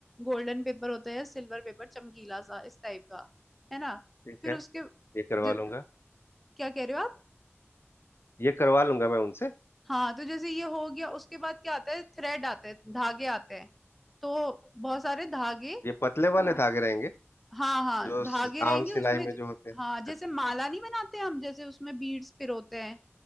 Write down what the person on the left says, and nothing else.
<laughs> ठीक
है
ये करवा
लूंगा
ये करवा लूंगा मैं उनसे
ये पतले वाले हाँ धागे रहेंगे
जो
स-
आम
सिलाई में जो होते हैं
अच्छा